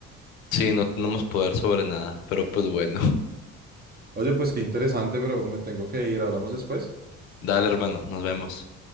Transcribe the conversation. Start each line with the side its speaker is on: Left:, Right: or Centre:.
Left: Sí, no tenemos poder sobre nada, pero pues bueno. <laughs>
Right: Oye, pues qué interesante, pero me tengo que ir. Hablamos después.
Left: Dale, hermano, nos vemos.